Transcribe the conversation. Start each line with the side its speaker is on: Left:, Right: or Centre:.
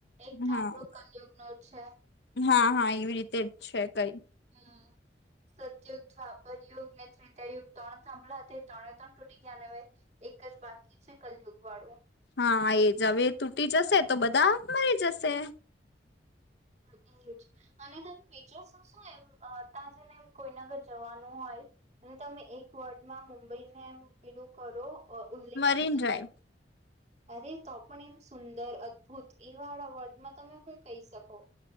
Right: એક થંભડો
Left: હા
Right: કલયુગ્ ન છે
Left: હા હા! એવી રીતે જ છે કઈ
Right: હા સતયુગ દ્વાપર યુગ ને ત્રેતા યુગ ત્રણ સાંભળા હતા એ ત્રણે ત્રણ તૂટી ગયા ન અવે એક એક જ બાકી છે કલિયુગ વાળું.
Left: હા! એ જ અવે એ તૂટી જશે તો બધા મરી જશે.
Right: હમ એજ અને તમે બીજો શું શું એમ અ તા જઈને એમ કોઈના ઘર જવાનું હોય અને તમે એક વર્ડમાં મુંબઈને એ પેલું કરો અ ઉલ્લેખિત
Left: મરીન
Right: તો
Left: ડ્રાઈવ
Right: અરે તો પણ એમ સુંદર અદભુત એ વાળા વર્ડમાં તમે હું કઈ શકો?